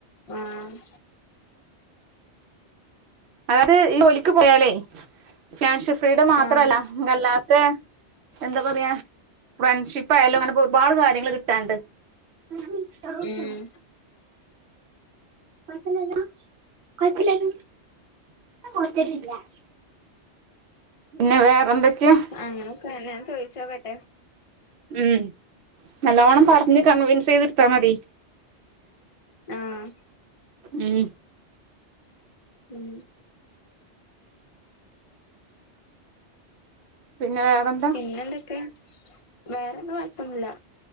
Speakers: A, on the left; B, on the right.
A: ആഹ്
B: അതായത് ഈ ജോലിക്ക് പോയാലേ <unintelligible> ഫ്രീഡ മാത്രല്ല
A: ആഹ്
B: അല്ലാത്തെ എന്താ പറയാ ഫ്രണ്ട്ഷിപ്പ് ആയാലും അങ്ങനെപ്പോ ഒരുപാട് കാര്യങ്ങൾ കിട്ടാണ്ട്. <unintelligible>
A: ഉം
B: <unintelligible> പിന്നെ വേറെ എന്തൊക്കെയാ?
A: അങ്ങനൊക്കെ ഞാൻ ചോയിച്ചോക്കട്ടെ?
B: ഉം നലോണം പറഞ്ഞ് കൺവിൻസ് ചെയതിട്ത്താ മതി.
A: ആഹ്
B: ഉം
A: ഉം
B: പിന്നെ വേറെന്താ
A: പിന്നെ എന്തൊക്കെ വേറെ ന്താ കൊഴപ്പൊന്നുല്ല.